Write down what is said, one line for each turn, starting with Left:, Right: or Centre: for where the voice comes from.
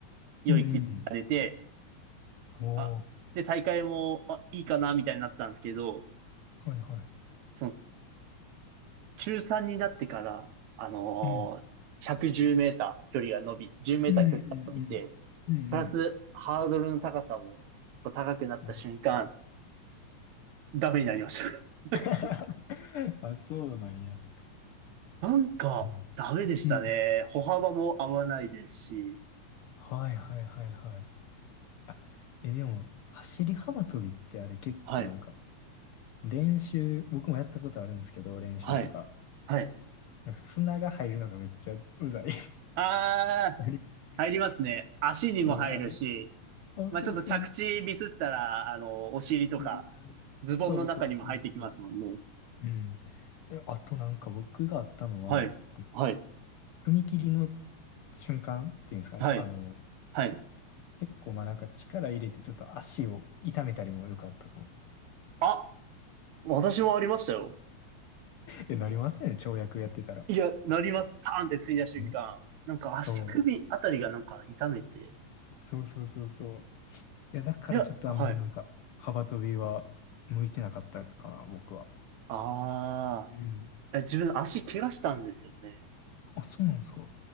Right: 良い気が出て、
Left: い。うんうん。おー、
Right: あ、で、大会も、あ、いいかな、みたいになったんですけど、
Left: はいはい。
Right: その、中3になってから、あのー110メーター距離が伸び、
Left: うん。
Right: 10メーター距離が伸びて、
Left: うんうんうん。うんうん。
Right: プラスハードルの高さもこう高くなった瞬間、
Left: あ
Right: ダメになりました。<laughs>
Left: <laughs> あ、そうなんや。
Right: なんか、
Left: うん
Right: ダメでしたね。
Left: うん。
Right: 歩幅も合わないですし。
Left: はいはいはいはい。あ、え、でも、走り幅跳びってあれ結構なんか、
Right: はい。
Left: 練習、僕もやったことあるんですけど、練習とか。
Right: はい。はい。
Left: なんか砂が入るのがめっちゃうざい。
Right: あー、
Left: <laughs>
Right: 入りますね。足にも入るし、
Left: でもあれ、そうそうそ
Right: まあ、ちょっと着地ミスったら、あの、お尻とか、
Left: う。うん。
Right: ズボンの中にも入ってきますもんね。
Left: そうそうそうそう。うん。え、あとなんか僕があったのは、
Right: はい。
Left: あの
Right: はい。
Left: 踏切の瞬間っていうんですかね。
Right: はい。
Left: あの、
Right: はい。
Left: 結構まあなんか力入れてちょっと足を痛めたりもよくあったかも。
Right: あ、私もありましたよ。
Left: え、なりますよね、跳躍やってたら。
Right: いや、なります。パーンってついた瞬間。
Left: ね。
Right: なんか足首あたりがなんか痛めて。
Left: そう。そうそうそうそう。いや、だからちょっとあんまなんか、
Right: いや、はい。
Left: 幅跳びは向いてなかったかな、僕は。
Right: あ
Left: うん。
Right: あ、え自分足怪我したんですよね。
Left: あ、そうなんですか。